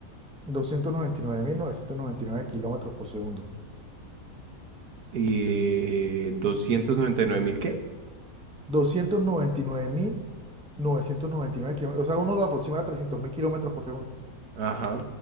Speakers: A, in the centre; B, on the right.
A: Doscientos noventa noventa y y nueve mil novecientos noventa y nueve kilómetros por segundo.
B: Eh, doscientos noventa y nueve mil, qué
A: Doscientos noventa noventa y y nueve mil novecientos noventa y nueve kilómetros. O sea, uno lo aproxima a 300.000 kilómetros por segundo.
B: Ajá.